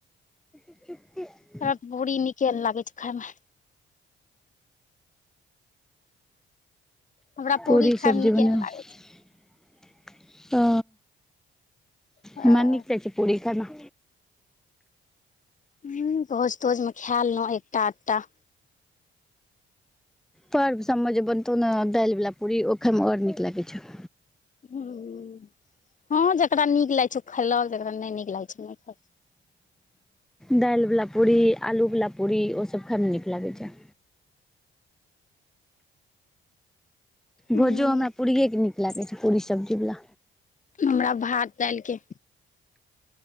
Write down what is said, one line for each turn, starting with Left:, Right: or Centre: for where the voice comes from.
Centre: सुि <inaudible>
Left: हमरा पुरी निके नहि लागे छै खाय में। हमरा
Centre: पूरी
Left: खायमे
Centre: सब्जी
Left: नीके
Centre: बनेबै
Left: ने लागै छै
Centre: अ।
Left: ह
Centre: हमरा नीक जा छै पूरी खेएमे।
Left: ह, भोज-तोज मे खेए लेलहुँ एकटा आधटा।
Centre: पर्व सभमे जे बनतौ ने दालि वाला पूरी ओ खाय मे और नीक लागै छै।
Left: हुँ-हुँ ह जेकरा नीक लागैत छै ओ खेलल जकरा नहि नीक लागैत छै उ नहि खाय।
Centre: दालिवाला पूरी, आलूवाला पूरी ओ सभ खाय मे नीक लागै छै।
Left: ह
Centre: भुजो हमरा पूरीयेके नीक लागै छै। पूरी सब्जीवला
Left: हमरा भात दाईल के